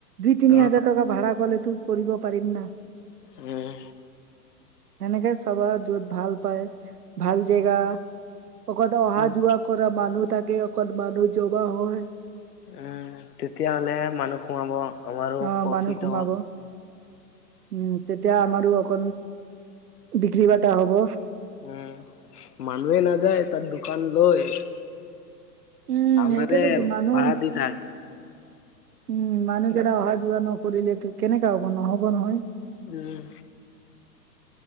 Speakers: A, on the right; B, on the left.
A: দুই তিনি
B: অ
A: হাজাৰ টকা ভাড়া কৰিলে তই কৰিব পাৰিম ন।
B: উম!
A: হেনেকে চাবা য'ত ভাল পায় ভাল জেগা। অকলটো অহা
B: উম
A: যোৱা কৰা মানুহ থাকে অক মানুহ জমা হয়।
B: উম! তেতিয়াহলে মানুহ সোমাব আমাৰো
A: অ
B: প্ৰফিট
A: মানুহ সোমাব
B: হ'ব
A: উম! তেতিয়া। আমাৰো অক বিক্ৰী বাটা হ'ব।
B: উম মানুহে নাযায় তাৰ দোকান লৈ।
A: উম
B: আমাৰে
A: সেইকেইটা তো মানুহ
B: ভাড়া দি থাক
A: উম! মানুহকেইতা অহা যোৱা নকৰিলে কেনেকা হ'ব ন হ'ব নহয়।
B: উম!